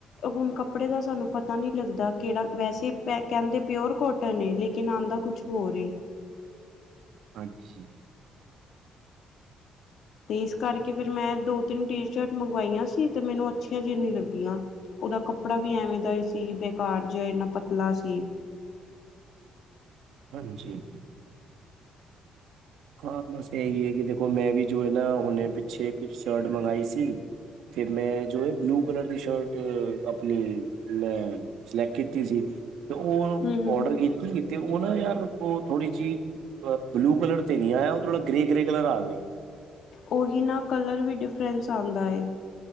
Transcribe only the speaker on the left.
ਹੁਣ ਕੱਪੜੇ ਦਾ ਸਾਨੂੰ ਪਤਾ ਨੀ ਲੱਗਦਾ, ਕਿਹੜਾ ਵੈਸੇ ਪ ਕਹਿੰਦੇ ਪਿਓਰ ਕੋਟਨ ਐ, ਲੇਕਿਨ ਆੰਦਾ ਕੁਛ ਹੋਰ ਏ
ਤੇ ਇਸ ਕਰਕੇ ਫਿਰ ਮੈਂ ਦੋ ਤਿੰਨ ਟੀ ਸ਼ਰਟ ਮੰਗਵਾਈਆਂ ਸੀ, ਤੇ ਮੈਨੂੰ ਅੱਛੀਆਂ ਜੀ ਨੀ ਲੱਗੀਆਂ ਉਹਦਾ ਕੱਪੜਾ ਵੀ ਐਵੇਂ ਦਾ ਹੀ ਸੀ, ਬੇਕਾਰ ਜੇਆ ਇੰਨਾ ਪਤਲਾ ਸੀ
ਹੂੰ-ਹੂੰ।
ਉਹੀ ਨਾ ਕਲਰ ਵੀ ਡਿਫਰੈਂਸ ਆਦਾ ਐ।